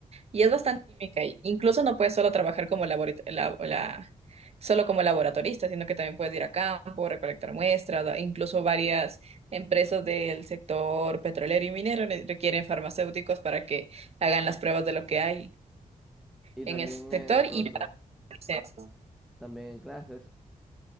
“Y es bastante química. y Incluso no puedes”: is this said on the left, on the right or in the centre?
Right